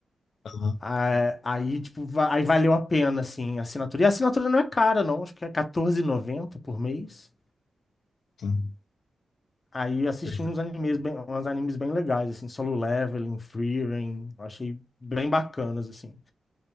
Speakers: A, on the left; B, on the left.
A: Aham,
B: Ah, Aí, tipo, va- aí valeu a pena, assim, a assinatura. E a assinatura não é cara, não. Acho que é R$14,90 por mês.
A: sim.
B: Aí eu assisti
A: Exa-
B: uns animes bem, uns animes bem legais, assim, Solo Leveling, Frieren, eu achei bem bacanas, assim.